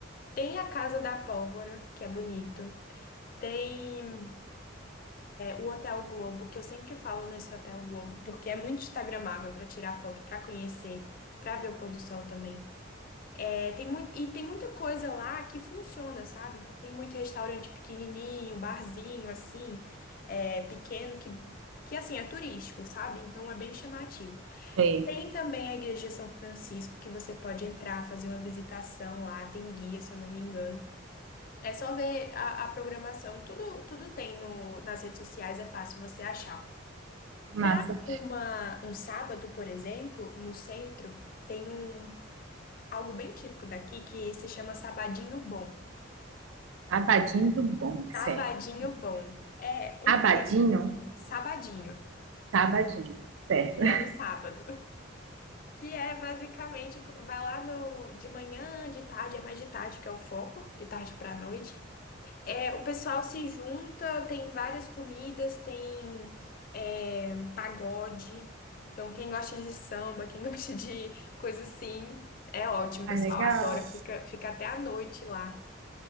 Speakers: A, on the left (about 45°); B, on the right (about 75°).
A: Tem a Casa da Pólvora, que é bonito. Tem O Hotel Globo, que eu sempre falo nesse Hotel Globo, porque é muito instagramável para tirar foto, para conhecer, para ver o pôr do sol também. É, tem muito, e tem muita coisa lá que funciona, sabe? Então tem muito restaurante pequenininho, barzinho assim, é, pequeno que que assim é turístico, sabe? Então é bem chamativo.
B: Sei.
A: Tem também a Igreja de São Francisco que você pode entrar, fazer uma visitação lá, tem guia, se eu não me engano. É só ver a, a programação, tudo, tudo tem no, nas redes sociais, é fácil você achar.
B: Massa.
A: Para uma um sábado, por exemplo, no centro, tem um algo bem típico daqui que se chama Sabadinho Bom.
B: Abadinho do bom, certo.
A: Sabadinho Bom é o
B: Abadinho,
A: quê? Sabadinho,
B: tá abadinho, certo.
A: que
B: <laughs>
A: é no sábado. Que é basicamente, vai lá no, de manhã, de tarde, é mais de tarde que é o foco, de tarde para noite. É, o pessoal se junta, tem várias comidas, tem é, pagode. Então, quem gosta de samba, quem <laughs> gosta de coisa assim, é ótimo.
B: Ah,
A: O pessoal
B: legal.
A: adora, fica, fica até a noite lá.